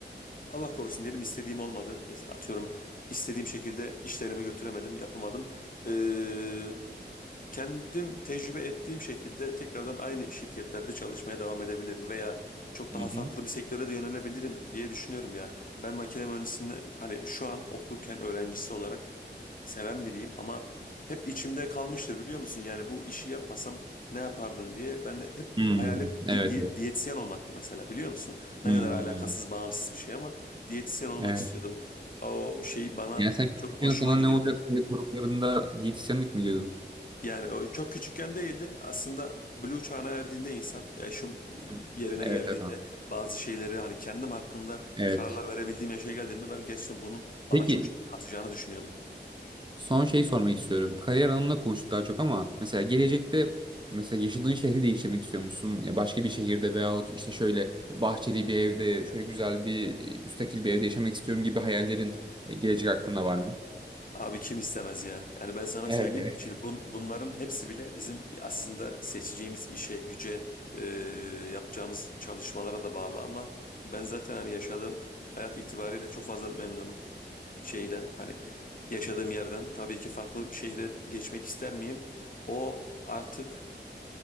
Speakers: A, on the left; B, on the right.
A: Allah korusun diyelim istediğim olmadı. Mesela atıyorum istediğim şekilde işlerimi götüremedim yapamadım. Ee, kendim tecrübe ettiğim şekilde tekrardan aynı şirketlerde çalışmaya devam edebilirim veya çok
B: Hı
A: daha
B: hı.
A: farklı bir sektöre de yönelebilirim diye düşünüyorum ya. Ben makine mühendisliğini hani şu an okurken öğrencisi olarak seven biriyim ama hep içimde kalmıştır biliyor musun? Yani bu işi yapmasam ne yapardım diye ben de hep
B: Hmm,
A: hayalim
B: evet.
A: di- di- diyetisyen olmaktı mesela biliyor musun? Ne
B: Hmm,
A: kadar alakasız bağımsız bir şey ama diyetisyen olmak
B: evet.
A: istiyordum. O şey bana
B: Yani sen küçükken
A: çok hoşuma
B: sana
A: gidiyordu.
B: ne olacak diye sorduklarında diyetisyenlik mi diyordun?
A: Yani o çok küçükken değildi. Aslında Blue çağına erdiğinde insan, yaşım
B: Hı.
A: yerine
B: Evet,
A: geldiğinde
B: evet. tamam.
A: bazı şeyleri hani kendim hakkında
B: Evet.
A: kararlar verebildiğim yaşa geldiğimde ben gerçekten bunun bana
B: Peki
A: çok şey katacağını düşünüyordum.
B: Son şey sormak istiyorum. Kariyer anlamında konuştuk daha çok ama mesela gelecekte mesela yaşadığın şehri değiştirmek istiyor musun? Ya başka bir şehirde veyahut işte şöyle bahçeli bir evde, şöyle güzel bir müstakil bir evde yaşamak istiyorum gibi hayallerin e, gelecek hakkında var mı?
A: Abi kim istemez ya? Yani ben sana
B: Evet,
A: söyleyeyim.
B: evet.
A: Şimdi bun, bunların hepsi bile bizim aslında seçeceğimiz işe, güce, e, yapacağımız çalışmalara da bağlı ama ben zaten hani yaşadığım hayat itibariyle çok fazla memnunum. şeyden hani yaşadığım yerden tabii ki farklı şehre geçmek ister miyim? O artık